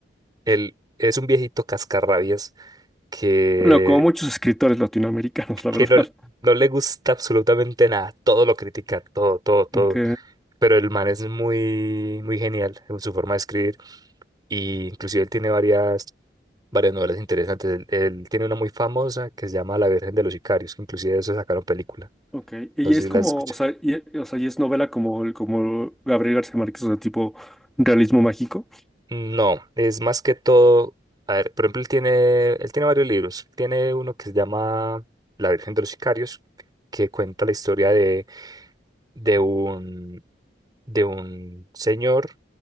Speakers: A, on the right; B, in the centre.
A: Él es un viejito cascarrabias que,
B: Bueno, como muchos escritores latinoamericanos, <laughs> la
A: que
B: verdad.
A: no, no le gusta absolutamente nada. Todo lo critica, todo, todo, todo.
B: Ok.
A: Pero el man es muy, muy genial en su forma de escribir. Y inclusive él tiene varias, varias novelas interesantes. Él, él tiene una muy famosa que se llama La Virgen de los Sicarios, que inclusive de eso sacaron película.
B: Ok, y
A: No sé
B: es
A: si
B: como,
A: la escucha.
B: o sea, y, o sea, y es novela como, el- como Gabriel García Márquez, o sea, tipo realismo mágico.
A: No, es más que todo. A ver, por ejemplo, él tiene, él tiene varios libros. Tiene uno que se llama La Virgen de los Sicarios, que cuenta la historia de de un, de un señor